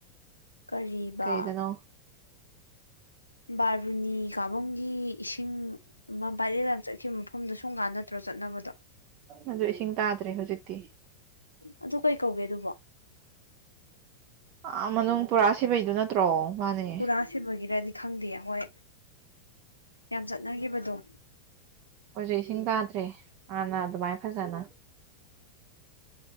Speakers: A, on the left; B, on the right.
A: ꯀꯔꯤꯕ
B: ꯀꯩꯗꯅꯣ
A: ꯕꯥꯔꯨꯅꯤ ꯀꯥꯕꯨꯡꯒꯤ ꯏꯁꯤꯡ ꯃꯥ ꯚꯥꯏꯔꯦꯟ ꯌꯥꯝ ꯆꯠꯈꯤꯕ ꯃꯐꯝꯗꯣ ꯁꯨꯡ ꯀꯥꯟ ꯅꯠꯇ꯭ꯔꯣ ꯆꯠꯅꯕꯗꯣ
B: ꯑꯗꯨ ꯏꯁꯤꯡ ꯇꯥꯗ꯭ꯔꯦ ꯍꯧꯖꯤꯛꯇꯤ
A: ꯑꯗꯨ ꯀꯩ ꯀꯧꯒꯦ ꯑꯗꯨꯕꯣ
B: ꯑꯥ ꯃꯅꯨꯡ ꯄꯨꯔꯥ ꯁꯤꯕꯩꯗꯨꯅ ꯑ꯭ꯔꯣ ꯃꯥꯅꯦ
A: ꯄꯨꯔꯥ ꯁꯤꯕꯒꯤꯔꯗꯤ ꯈꯪꯗꯦ ꯍꯣꯏ ꯌꯥꯝ ꯆꯠꯅꯈꯤꯕꯗꯣ
B: ꯍꯧꯖꯤꯛ ꯏꯁꯤꯡ ꯇꯥꯗ꯭ꯔꯦ ꯍꯥꯟꯅ ꯑꯗꯨꯃꯥꯏ ꯐꯖꯅ